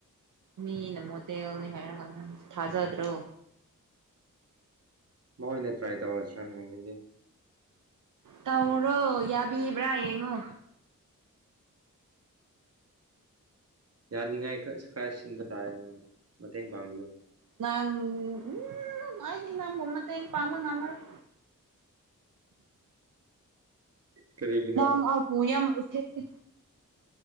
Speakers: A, on the right; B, on the right.
A: ꯃꯤꯅ ꯃꯣꯗꯦꯜꯅꯤ ꯍꯥꯏꯔ ꯀꯥꯟꯗ ꯊꯥꯖꯗ꯭ꯔꯣ
B: ꯃꯣꯏ ꯑꯣꯏꯅ ꯇ꯭ꯔꯥꯏ ꯇꯧꯔꯁꯤꯔꯥꯅꯦ ꯑꯗꯨꯗꯤ
A: ꯇꯧꯔꯣ ꯌꯥꯕꯤꯕ꯭ꯔꯥ ꯌꯦꯡꯉꯣ
B: ꯌꯥꯅꯤꯡꯉꯥꯏ ꯈꯔ ꯈꯔ ꯁꯤꯟꯕ ꯇꯥꯔꯦ ꯅꯪꯅ ꯃꯇꯦꯡ ꯄꯥꯡꯕꯤꯌꯨ
A: ꯅꯪ ꯎꯝ ꯑꯩꯗꯤ ꯅꯪꯕꯨ ꯃꯇꯦꯡ ꯄꯥꯡꯕ ꯉꯝꯃꯔꯣꯏ
B: ꯀꯔꯤꯒꯤꯅꯣ
A: ꯅ ꯑꯩꯕꯨ ꯌꯥꯝ ꯎꯊꯦꯛꯇꯦ